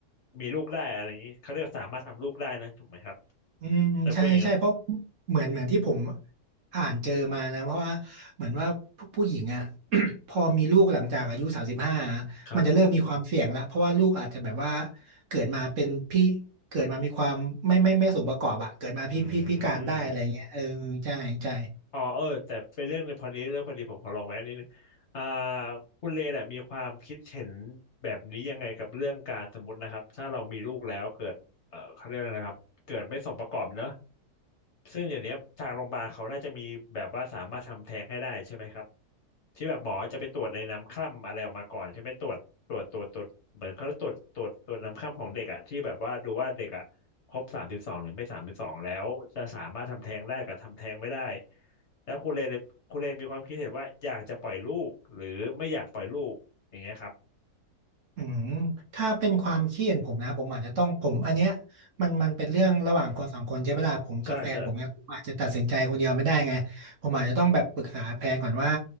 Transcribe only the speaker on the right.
อืมใช่ใช่เพราะ
เหมือนเหมือนที่ผมอ่านเจอมานะเพราะว่าเหมือนว่าผู้ผู้หญิงอ่ะ <clears throat> <coughs> พอมีลูกหลังจากอายุสามสิบห้า
มันจะเริ่มมีความเสี่ยงแล้วเพราะว่าลูกอาจจะแบบว่าเกิดมาเป็นพี่เกิดมามีความไม่ไม่ไม่สมประกอบอ่ะเกิดมาพี่พี่พิการได้อะไรเงี้ยเออใช่ใช่
อืมถ้าเป็นความเครีเห็นผมนะผมอาจจะต้องผมอันเนี้ยมันมันเป็นเรื่องระหว่างคนสองคนใช่ไหมล่ะผมกับแฟนผมเนี่ยผมอาจจะตัดสินใจคนเดียวไม่ได้ไงผมอาจจะต้องแบบปรึกษาแฟนก่อนว่า